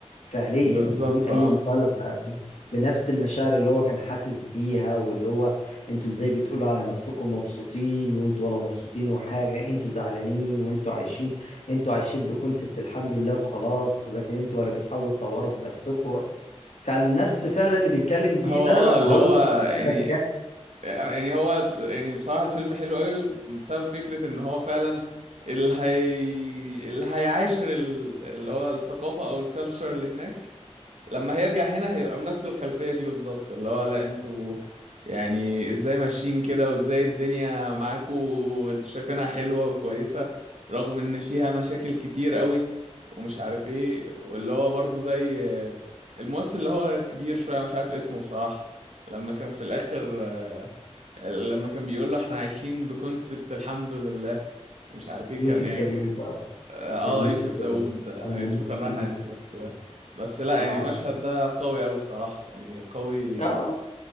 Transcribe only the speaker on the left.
فعليا
بدون اي
مبالغة بنفس المشاعر اللي هو كان حاسس بيها واللي هو انتوا ازاي بتقولوا على نفسكم مبسوطين وانتوا ولا مبسوطين وحاجة انتوا زعلانين وانتوا عايشين انتوا عايشين بكونسبت الحمد لله وخلاص ولكن انتوا ولا بتحاولوا تطوروا في نفسكم كان نفس فعلا اللي بيتكلم بيه
ده
هو
اللي
انا بتكلم
يوسف
داوود
آه.
كان يوسف
داوود
الممثل
الممثل
يوسف
داوود.
اه
اه